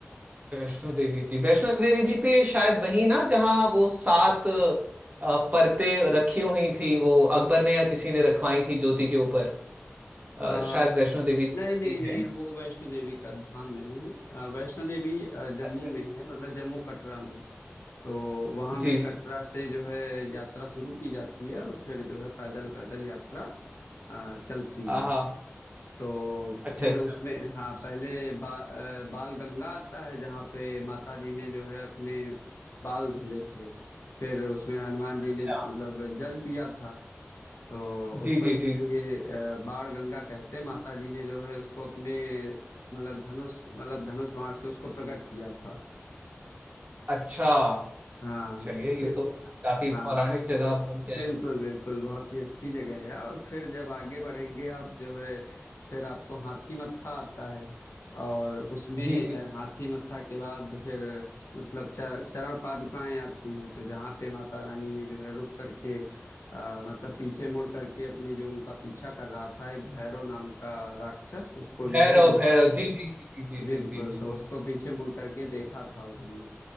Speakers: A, on the right; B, on the left.
A: वैष्णो देवी जी वैष्णो देवी जी पे शायद वही ना जहाँ वो सात अ, परतें रखी हुई थी वो अकबर ने या किसी ने रखवाई थी ज्योति के ऊपर अ,
B: आ,
A: शायद वैष्णो देवी जी
B: नहीं
A: का
B: नहीं
A: ही
B: नहीं
A: है
B: वो वैष्णो देवी का धाम नहीं है अ, वैष्णो देवी अ, जम्मू
A: अच्छा
B: में
A: अच्छा
B: है मतलब जम्मू कटरा में तो वहां
A: जी
B: में कटरा
A: जी
B: से जो है यात्रा शुरू की जाती है और फिर जो है पैदल पैदल यात्रा अ, चलती
A: हाँ
B: है तो
A: अच्छा
B: फिर
A: अच्छा
B: उसमें हाँ पहले बा, अ, बाल गंगा आता है जहाँ पे माता जी ने जो है अपने बाल धुले थे फिर उसमें हनुमान
A: अच्छा
B: जी ने मतलब जल पिया था तो उसको
A: जी जी
B: इसीलिए
A: जी
B: अ, बाण गंगा कहते हैं माता जी ने जो है उसको अपने मतलब धनुष मतलब धनुष बाण से उसको प्रकट किया था
A: अच्छा
B: हाँ
A: चलिए
B: फिर
A: ये तो काफी
B: हाँ
A: पौराणिक जगह आप घूम के
B: बिल्कुल
A: आए
B: बिल्कुल बहुत ही अच्छी जगह है और फिर जब आगे बढ़ेंगे आप जो है फिर आपको हाथी मत्था आता है और उसमें
A: जी जी
B: अ, हाथी मत्था के बाद फिर मतलब च- चरण पादुकाएं आती हैं तो जहाँ पे माता रानी ने जो है रुक करके आ, मतलब पीछे मुड़ करके अपने जो उनका पीछा कर रहा था एक भैरव नाम का राक्षस उसको जो
A: भैरव
B: है देखा
A: भैरव जी जी जी जी जी
B: बिल्कुल
A: जी जी जी
B: तो
A: जी
B: उसको पीछे मुड़ करके देखा था उन्होंने